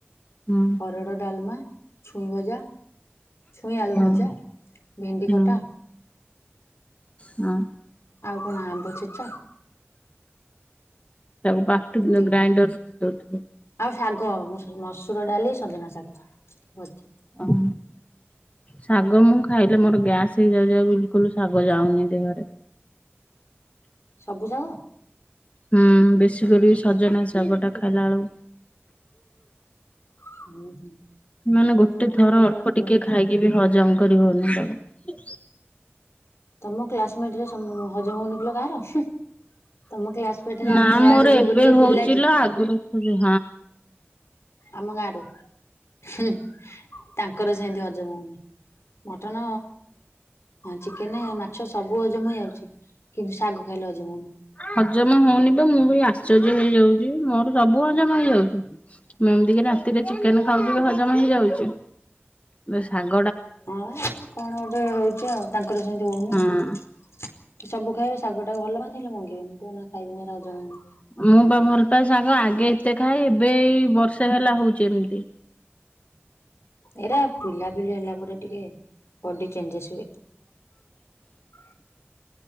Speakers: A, on the left; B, on the left.
A: ହୁଁ।
B: ହରଡ଼ ଡାଲମା ଛୁଇଁ ଭଜା ଛୁଇଁ ଆଳୁ
A: ହଁ
B: ଭଜା, ଭେଣ୍ଡି
A: ହଁ
B: କଟା
A: ହଁ,
B: କଣ ଆମ୍ବ ଛେଚା
A: ତାକୁ ବାଟୁ
B: ଏତିକି
A: ଗ୍ରାଇଣ୍ଡର ଦଉଥିବେ।
B: ଆଉ ଶାଗ ମୁ ମୁଗ ଡାଲି ସଜନା ଶାଗ ଭଜା।
A: ଓହୋ ଶାଗ ମୁଁ ଖାଇଲେ ମୋର ଗ୍ୟାସ ହେଇଯାଉଛି ବିଲକୁଲ ଶାଗ ଯାଉନି ଦେହରେ।
B: ସବୁ ସାଗ
A: ହୁଁ ବେଶୀ କରି ସଜନା ଶାଗଟା ଖାଇଲା ବେଳକୁ
B: ହୁଁ ହୁଁ।
A: ମାନେ
B: ହୁଁ
A: ଗୋଟେ ଥର
B: ଜଣ ଜଣଙ୍କର
A: ଅଳ୍ପ
B: ହୁଏନି
A: ଟିକେ ଖାଇକି ବି ହଜ ଜମା କରିବନି ତମେ।
B: ତମ କ୍ଲାସମେଟ ରେ ହଜମ ହଉନଥିଲା କାହାର। ତମ କ୍ଲାସମେଟ ରେ
A: ନା
B: ଆମ ଗାଁ
A: ମୋର
B: ର ଯୋଉ
A: ଏବେ
B: ଗୋଟିଏ
A: ହଉଛି
B: ପିଲାଟି
A: ଲୋ ଆଗରୁ ହଁ
B: ଆମ ଗାଁ ରୁ ହୁଁ ତାଙ୍କର ସେମିତି ହଜମ ହଉନି। ମଟନ ଚିକେନ ମାଛ ସବୁ ହଜମ ହେଇଯାଉଛି। କିନ୍ତୁ ଶାଗ ଖାଇଲେ ହଜମ ହଉନି।
A: ହଜମ ହଉନି ବା ମୁଁ ବି ଆଶ୍ଚର୍ଯ୍ୟ ହେଇଯାଉଛି। ମୋର ସବୁ ହଜମ ହେଇଯାଉଛି ମୁଁ ଏମିତି କି ରାତିରେ ଚିକେନ ଖାଉଛିି ହ ହଜମ ହେଇଯାଉଛି। ବେ ସାଙ୍ଗ
B: ହଁ କଣ ଗୋଟେ ହଉଛି ଆଉ ତାଙ୍କର ସେମିତି ହଉନି
A: ହଁ।
B: ସବୁ ଖାଇବେ ଶାଗ ଭଲ ମନ୍ଦ ହେଲେ ମଙ୍ଗିବେନି କୋଉଦିନ ଖାଇବା ଗୁରା ହଜମ ହଉନି
A: ମୁଁ ବା ଭଲ ପାଏ ଶାଗ ଆଗେ ଏତେ ଖାଏ ଏବେ ଏଇ ବର୍ଷେ ହେଲା ହଉଛି। ଯେମିତି
B: ଏଇରା ପିଲାପିଲି ହେଲା ପରେ ଟିକେ ବଡି ଚେଞ୍ଜେସ ହୁଏ।